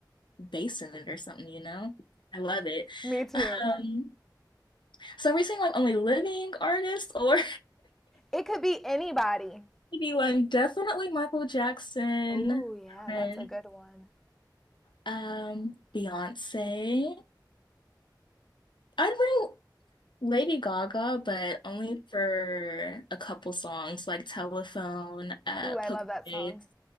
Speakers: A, on the left; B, in the centre.
A: bass in it or something, you know? I love it.
B: <laughs> Me too.
A: Um, so are we seeing like only living artists or
B: It could be anybody.
A: <laughs> maybe one definitely Michael Jackson,
B: Ooh, yeah,
A: Prince.
B: that's a good one.
A: Um, Beyonce. I'd bring Lady Gaga, but only for a couple songs like Telephone, uh,
B: Ooh,
A: Poker
B: I love that
A: Face.
B: song.